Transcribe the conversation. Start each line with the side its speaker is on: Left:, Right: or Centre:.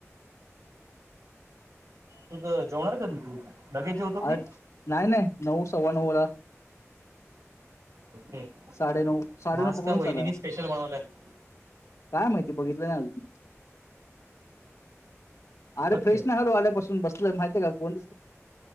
Right: तुंझं जेवणार कधी तू? लगेच जेवतो की
Left: आज नाई नाई नऊ सव्वा नऊला.
Right: ओके.
Left: साडेनऊ साडेनऊ
Right: मग आज
Left: पकडून
Right: का वहिनीनी
Left: चाला
Right: स्पेशल बनवलाय
Left: काय माहिती बघितलं नाय आजून. आरे
Right: ओके
Left: फ्रेश नाही हलो आल्यापासून बसलोय माहिते का फोन